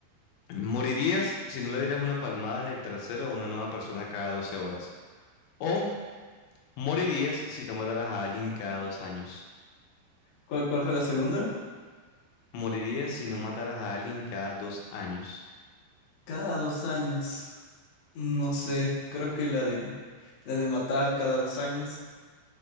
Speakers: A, on the left; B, on the left.
A: morirías si no le dieras una palmada en el trasero a una nueva persona cada 12 horas. O morirías si no mataras a alguien cada dos años.
B: ¿Cuál, cuál fue la segunda?
A: Morirías si no mataras a alguien cada dos años.
B: Cada dos años. No sé, creo que la de la de matar cada dos años.